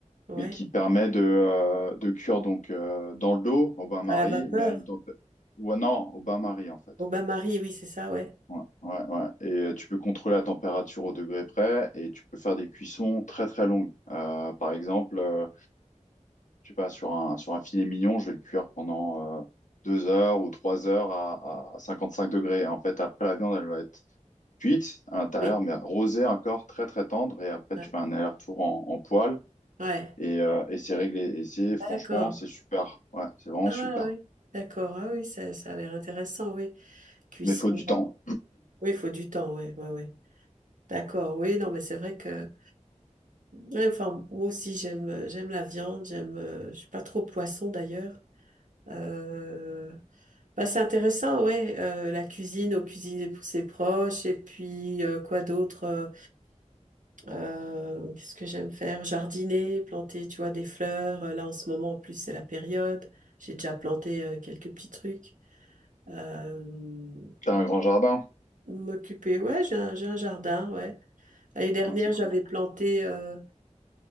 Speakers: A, on the right; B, on the left.
A: ouais.
B: mais qui permet de, euh, de cuire donc euh, dans le dos au bain-marie,
A: À la vapeur.
B: mais à une température... Ouais, non, au bain-marie en fait.
A: Au bain-marie, oui, c'est ça, ouais.
B: Ouais, ouais, ouais. Et euh, tu peux contrôler la température au degré près et tu peux faire des cuissons très très longues. Euh, par exemple, euh, je sais pas, sur un, sur un filet mignon, je vais le cuire pendant euh, deux heures ou trois heures à, à 55 degrés. Et en fait, après, la viande, elle va être cuite à l'intérieur,
A: Oui,
B: mais rosée encore, très, très tendre. Et après,
A: ouais.
B: tu fais un aller-retour en, en poêle
A: Ouais.
B: et, euh, et c'est réglé. Et c'est,
A: D'accord.
B: franchement, c'est super. Ouais, c'est vraiment
A: Ah
B: super.
A: oui, d'accord. Ah oui, ça, ça a l'air intéressant, oui. Cuisson.
B: Mais faut du temps.
A: Oui, il faut du temps, oui, oui, oui. D'accord, oui, non, mais c'est vrai que. Ouais, enfin, moi aussi, j'aime, euh, j'aime la viande, j'aime, euh, je suis pas trop poisson d'ailleurs. Euh, bah, c'est intéressant, ouais, euh, la cuisine, au cuisiner pour ses proches, et puis, euh, quoi d'autre, euh, euh, qu'est-ce que j'aime faire? Jardiner, planter, tu vois, des fleurs. Euh, Là, en ce moment, en plus, c'est la période. J'ai déjà planté, euh, quelques petits trucs. Euh,
B: T'as un grand jardin?
A: m'occuper, ouais, j'ai un, j'ai un jardin, ouais. L'année dernière,
B: Ah, c'est cool.
A: j'avais planté, euh,